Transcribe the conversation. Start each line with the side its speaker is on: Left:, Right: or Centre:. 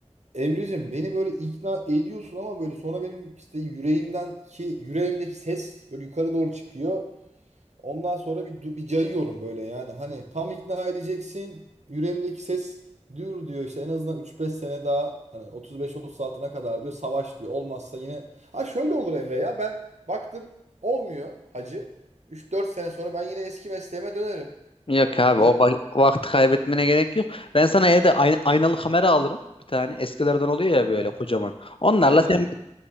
Right: Emre'cim beni böyle ikna ediyorsun ama böyle sonra benim işte yüreğimden ki yüreğimdeki ses böyle yukarı doğru çıkıyor. Ondan sonra bir du- bir cayıyorum böyle yani hani tam ikna edeceksin. Yüreğimdeki ses dur diyor işte en azından üç beş sene daha hani 35-36'na kadar diyor savaş diyor. Olmazsa yine ha şöyle olur Emre ya ben baktım olmuyor hacı. üç dört sene sonra ben yine eski mesleğime dönerim.
Left: Yok abi
Right: Dönerim
Left: o va- vakti kaybetmene gerek yok. Ben sana evde ay- aynalı kamera alırım bir tane. Eskilerden oluyor ya böyle
Right: yani.
Left: kocaman. Onlarla
Right: Aynalık.
Left: sen